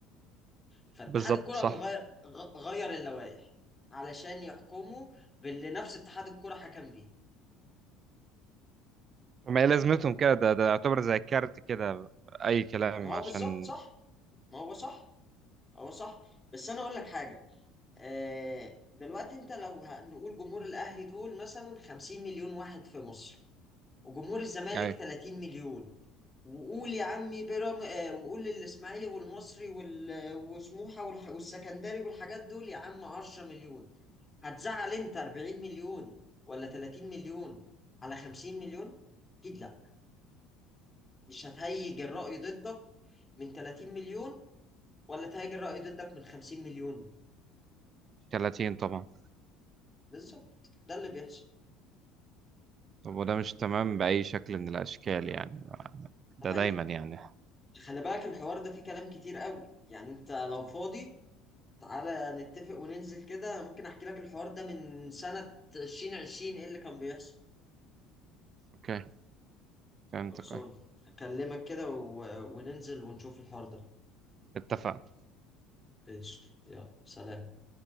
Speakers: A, on the left; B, on the right.
A: فاتحاد
B: بالظبط
A: الكورة
B: صح
A: قام غير غ- غير اللوائح علشان يحكموا باللي نفس اتحاد الكورة حكم بيه
B: ما هي لازمتهم كده ده ده يعتبر زي كارت كده اي كلام
A: ما هو
B: عشان
A: بالظبط صح ما هو صح هو صح بس أنا أقول لك حاجة آه، دلوقتي انت لو ه- نقول جمهور الاهلي دول مثلا 50 مليون واحد في مصر وجمهور الزمالك
B: أيوة.
A: 30 مليون وقول يا عمي بيرام آه، وقول الاسماعيلي والمصري وال... وسموحه والح... والسكندري والحاجات دول يا عم 10 مليون هتزعل انت 40 مليون ولا 30 مليون على 50 مليون؟ اكيد لا مش هتهيج الرأي ضدك من 30 مليون ولا تهيج الرأي ضدك من 50 مليون
B: 30 طبعا
A: بالظبط ده اللي بيحصل
B: طب وده مش تمام بأي شكل من الأشكال يعني ده
A: ده حقيقي
B: دايما يعني
A: خلي بالك الحوار ده فيه كلام كتير قوي يعني انت لو فاضي تعالى نتفق وننزل كده ممكن احكي لك الحوار ده من سنة 2020 ايه اللي كان بيحصل
B: أوكي فهمتك
A: خلصان
B: أه
A: اكلمك كده و... وننزل ونشوف الحوار ده
B: اتفقنا
A: قشطة يلا سلام